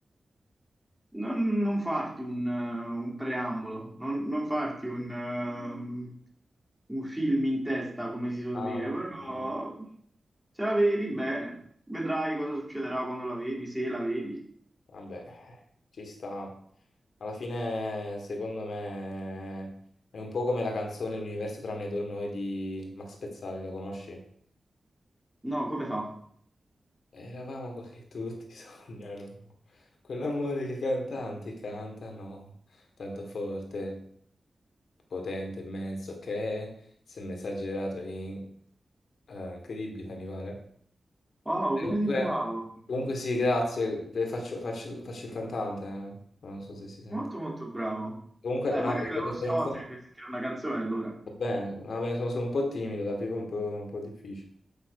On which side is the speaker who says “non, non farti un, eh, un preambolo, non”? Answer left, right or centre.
Centre